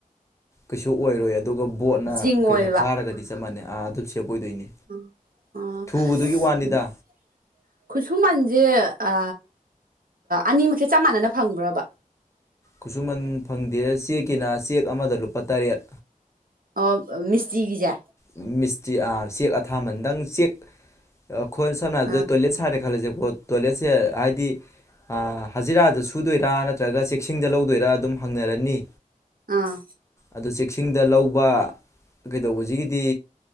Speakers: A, on the left; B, on the right.
A: ꯀꯩꯁꯨ ꯑꯣꯏꯔꯣꯏ ꯑꯗꯨꯒ ꯕꯣꯠꯅ
B: ꯆꯤꯡꯉꯣꯏꯕ
A: ꯀꯩꯅ ꯈꯥꯔꯒꯗꯤ ꯆꯞ ꯃꯥꯟꯅꯩ ꯑꯥ ꯑꯗꯨꯝ ꯁꯦꯞ ꯑꯣꯏꯗꯣꯏꯅꯤ
B: <unintelligible>
A: ꯊꯨꯕꯗꯨꯒꯤ ꯋꯥꯅꯤꯗ
B: ꯈꯨꯠꯁꯨꯃꯟꯖꯦ ꯑ ꯑꯅꯤꯃꯛꯁꯦ ꯆꯞ ꯃꯥꯟꯅꯅ ꯐꯪꯕ꯭ꯔꯕ
A: ꯈꯨꯠꯁꯨꯃꯟ ꯐꯪꯗꯦ ꯆꯦꯛꯀꯤꯅ ꯆꯦꯛ ꯑꯃꯗ ꯂꯨꯄꯥ ꯇꯔꯦꯠ
B: ꯑꯣ ꯃꯤꯁꯇ꯭ꯔꯤꯒꯤꯖꯦ
A: ꯎꯝ ꯃꯤꯁꯇ꯭ꯔꯤ ꯑꯥ ꯆꯦꯛ ꯑꯊꯥꯃꯟ ꯗꯪ ꯆꯦꯛ ꯑꯩꯈꯣꯏ ꯁꯝꯅ ꯍꯥꯏꯔꯕꯗ
B: ꯑꯥ
A: ꯇꯣꯏꯂꯦꯠ ꯁꯥꯔꯦ ꯈꯜꯂꯖꯦꯀꯣ ꯇꯣꯏꯂꯦꯠꯁꯦ ꯍꯥꯏꯗꯤ ꯍꯖꯤꯔꯥꯗ ꯁꯨꯗꯣꯏꯔꯥ ꯅꯠꯇ꯭ꯔꯒ ꯆꯦꯛꯁꯤꯡꯗ ꯂꯧꯗꯣꯏꯔꯥ ꯑꯗꯨꯝ ꯍꯪꯅꯔꯅꯤ
B: ꯑꯥ
A: ꯑꯗꯣ ꯆꯦꯛꯁꯤꯡꯗ ꯂꯧꯕ ꯀꯩꯗꯧꯕꯁꯤꯒꯤꯗꯤ